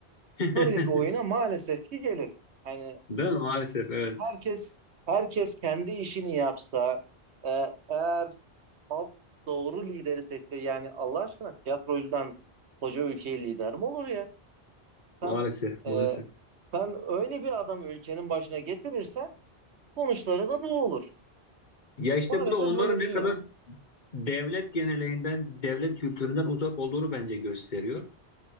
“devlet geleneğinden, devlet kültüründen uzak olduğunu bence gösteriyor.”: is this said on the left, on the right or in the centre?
Left